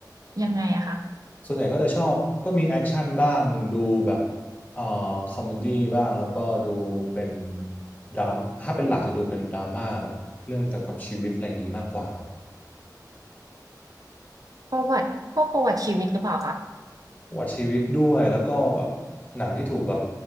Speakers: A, on the right; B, on the left.
A: ยังไงอะคะ
B: ส่วนใหญ่ก็จะชอบก็มีแอคชั่นบ้างดูแบบเอ่อคอมเมดี้บ้างแล้วก็ดูเป็นดรามถ้าเป็นหลักจะดูเป็นดราม่าแบบเรื่องเกี่ยวกับชีวิตอะไรอย่างนี้มากกว่าครับ
A: ประวัติพวกประวัติชีวิตหรือเปล่าคะ
B: ประวัติชีวิตด้วยแล้วก็แบบหนังที่ถูกแบบ